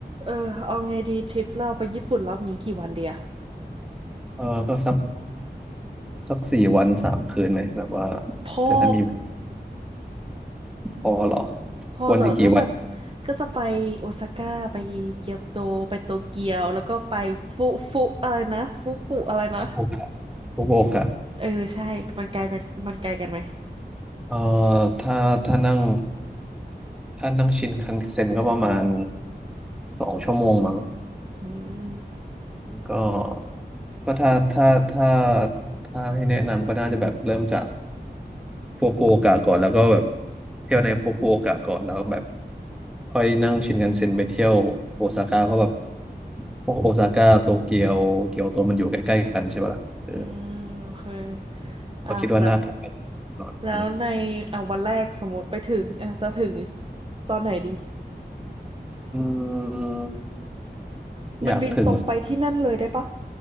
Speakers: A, on the right; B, in the centre.
A: เออเอาไงดีทริปเราไปญี่ปุ่นรอบนี้กี่วันเดีย
B: เออก็สักสักสี่วันสามคืนไหมแบบว่า
A: พอ
B: จะได้มีพอเหรอ
A: พอเหรอก็แบบ
B: วันจะกี่วัน
A: ก็จะไปโอซาก้าไปเกียวโตไปโตเกียวแล้วก็ไปฟุฟุอะไรนะฟุกุอะไรนะ
B: ทุกโอกาสทุกโอกาส
A: เออใช่มันไกลไปมันไกลกันไหม
B: เออถ้าถ้านั่งถ้านั่งชินคันเซ็นก็ประมาณสองชั่วโมงมั้ง
A: อืม
B: ก็ก็ถ้าถ้าถ้าถ้าให้แนะนำก็น่าจะแบบเริ่มจาก ฟุกุโอกะก่อนแล้วก็แบบเที่ยวในฟุกุโอกะก่อนแล้วแบบค่อยนั่งชินคันเซ็นไปเที่ยวโอซาก้าเพราะแบบพวกโอซาก้าโตเกียวเกียวโตมันอยู่ใกล้ๆกันใช่ปะล่ะเออ
A: อืมโอเคอ่ะแล้ว
B: ก็คิดว่าน่าทำไปก่อนอ
A: แล้วในอ่ะวันแรกสมมติไปถึงอ่ะจะถึงตอนไหนดี
B: ืมอืมอยากถึง
A: มันบินตรงไปที่นั่นเลยได้ปะ